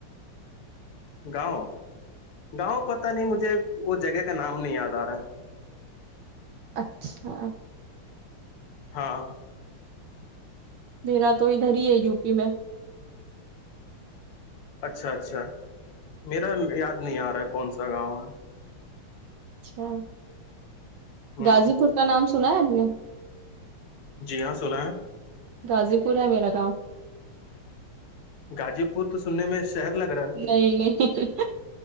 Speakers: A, on the left; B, on the right.
A: گاؤں گاؤں پتہ نہیں مجھے وہ جگہ کا نام نہیں یاد آ رہا ہے
B: اچھا
A: ہاں
B: میرا تو ادھر ہی ہے یو پی میں
A: اچھا اچھا میرا یاد نہیں آ رہا ہے کون سا گاؤں ہے
B: اچھا
A: ہوں
B: غازی پور کا نام سنا ہے آپ نے
A: جی ہاں سنا ہے
B: غازی پور ہے میرا گاؤ
A: غازی پور تو سننے میں شہر لگ رہا ہے
B: نہیں نہیں